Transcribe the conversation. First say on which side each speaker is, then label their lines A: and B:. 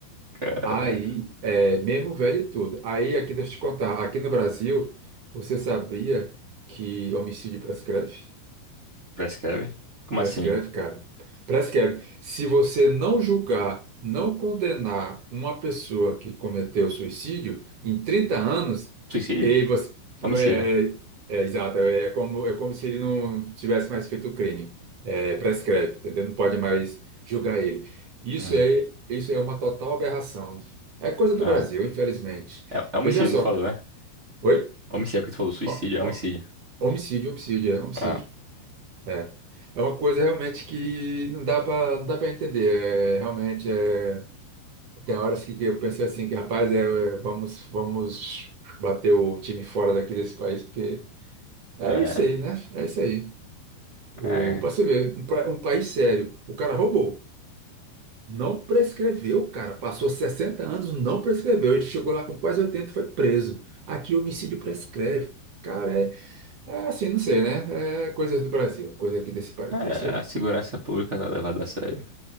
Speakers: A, on the right (about 35°); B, on the right (about 75°).
A: cara.
B: Aí, é, mesmo velho e tudo. Aí, aqui, deixa eu te contar, aqui no Brasil, você sabia que homicídio prescreve?
A: Prescreve. Como
B: Prescreve,
A: assim?
B: cara. Prescreve. Se você não julgar, não condenar uma pessoa que cometeu suicídio em 30 anos,
A: Suicídio?
B: ele você.
A: Homicídio,
B: É,
A: né?
B: é, é, exato, é como, é como se ele não tivesse mais feito o crime. É, prescreve, entendeu? Não pode mais julgar ele. Isso
A: Hum.
B: é, isso é uma total aberração. É coisa do
A: Ah,
B: Brasil, infelizmente.
A: é, é homicídio,
B: Veja só.
A: não falou, né?
B: Oi?
A: Homicídio, é porque tu falou suicídio,
B: Ho-
A: é
B: ho-
A: homicídio.
B: Homicídio, homicídio, é homicídio.
A: Ah,
B: É. É uma coisa realmente que não dá para não dá para entender. É, realmente é, tem horas que, que eu pensei assim que rapaz, é, é, vamos vamos bater o time fora daqui desse país porque é
A: é,
B: isso aí, né? É isso aí. O
A: é.
B: para você ver, um, pra- um país sério, o cara roubou, não prescreveu, cara, passou 60 anos, não prescreveu, ele chegou lá com quase 80 e foi preso. Aqui homicídio prescreve. Cara, é, é assim, não sei, né? É coisas do Brasil, coisa aqui desse país.
A: É,
B: É isso aí.
A: a segurança pública não é levada a sério.